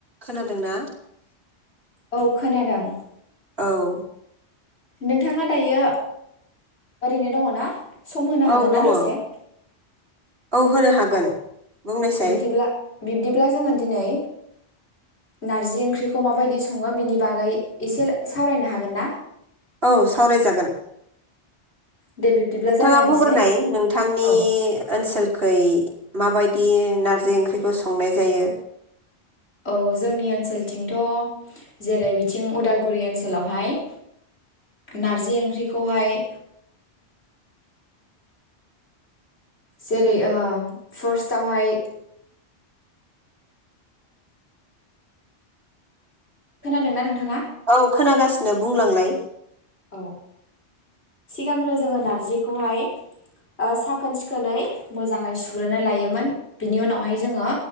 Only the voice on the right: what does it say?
खोनादोंना
औ
औ
दङ
औ होनो हागोन
बुंनायसाय
औ सावराय जागोन।
नोंथाङा
बुंग्रोनाय नोंथांनि
ओनसोलखै माबायदि नारजि ओंख्रिखौ संनाय जायो।
औ खोनागासिनो बुंलांलाय